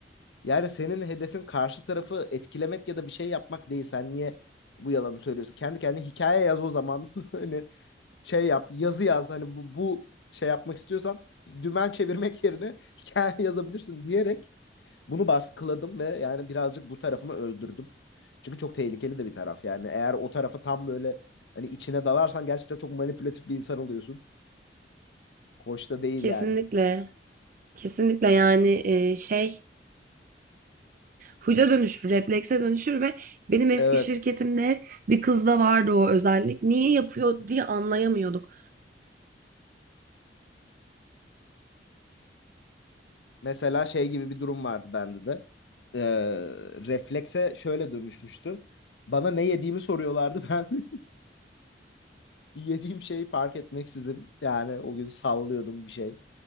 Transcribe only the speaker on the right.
Kesinlikle.
Kesinlikle yani e, şey huyda dönüşür, reflekse dönüşür ve benim eski
şirketimde bir kızda vardı o özellik. Niye yapıyor diye anlayamıyorduk.